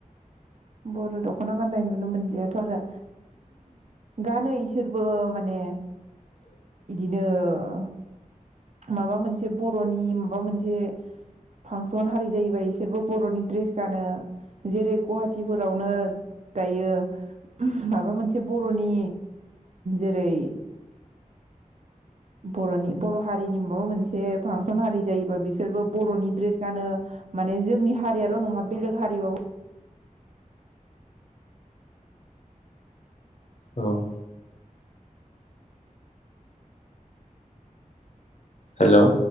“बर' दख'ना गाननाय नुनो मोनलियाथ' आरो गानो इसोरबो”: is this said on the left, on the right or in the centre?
Right